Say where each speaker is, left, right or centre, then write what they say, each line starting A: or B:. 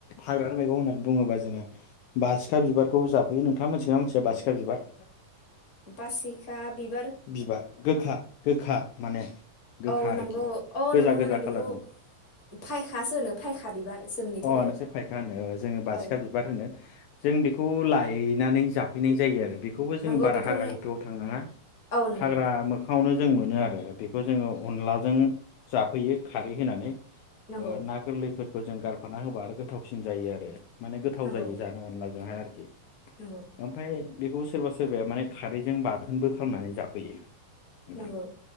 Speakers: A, on the left; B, on the left.
A: हाग्रानि मैगं होननानै बुङोबा जोङो बासिखा बिबारखौबो जाफैयो नोंथाङा मोनथिगोना मिथिया बासिखा बिबार?
B: बासिखा बिब
A: बिबार गोखा गोखा। माने। गोखा
B: औ
A: आरोखि
B: नंगौ अ'
A: गोजा
B: नंगौ
A: गोजा
B: माने
A: खालारनि
B: बेखौ फायखासो होनो फायखा बिबार। जोंनिथिं
A: अ
B: आरो
A: नोंसोर फायखा होनो जोङो बासिखा
B: औ
A: बिबार होनो जों बेखौ खौ लायनानै जाफैनाय जायो आरो। बेखौबो जों
B: नंगौ
A: बारा
B: बेखौ
A: हाग्रा
B: माने
A: गोथौआव थांनाङा
B: औ नंगौ
A: हाग्रा मोखाङावनो जों मोनो आरो। बेखौ जोङो अनलाजों जाफैयो खारै होनानै
B: नंगौ
A: ना गोरलैफोर जों गार हफाना होबा आरो गोथावसिन जायो आरो। माने गोथाव
B: नंगौ
A: जायो जानो अनलाजोंहाय आरोखि। खि।
B: नंगौ
A: ओमफ्राय बेखौ सोरबा सोरबाया माने खारैजों बाथोनबो खालामनानै जाफैयो। नोंथां
B: नंगौ